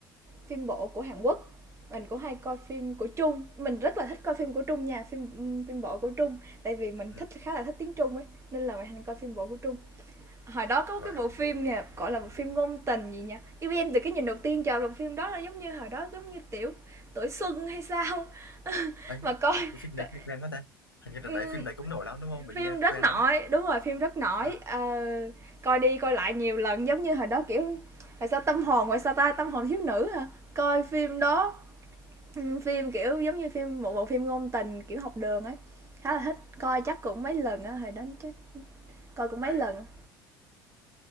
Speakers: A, on the right (about 25°); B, on the left (about 90°).
A: phim bộ của Hàn Quốc, mình cũng hay coi phim của Trung. Mình rất là thích coi phim của Trung nha, phim phim bộ của Trung, tại vì mình
B: ừ,
A: thích khá là thích tiếng Trung ấy, nên là mình hay coi phim bộ của Trung. Hồi đó có
B: rồi
A: cái bộ phim nè, gọi là bộ phim ngôn tình gì nha. Yêu em từ cái nhìn đầu tiên trời, bộ phim đó là giống như hồi đó giống như tiểu tuổi xuân hay sao
B: ấy
A: mà coi
B: cái phim
A: coi
B: đấy nghe quen quá ta hình như là
A: ừm,
B: đấy phim đấy cũng nổi lắm đúng không mình
A: phim
B: nghe
A: rất
B: quen
A: nổi
B: lắm
A: đúng rồi phim rất nổi
B: Ờ,
A: ờ, coi đi coi lại nhiều lần giống như hồi đó kiểu tại sao tâm hồn tại sao ta tâm hồn thiếu nữ hả coi phim đó ừ, phim kiểu giống như phim một bộ phim ngôn tình kiểu học đường ấy khá là thích coi chắc cũng mấy lần á hồi đó chắc coi cũng mấy
B: rồi
A: lần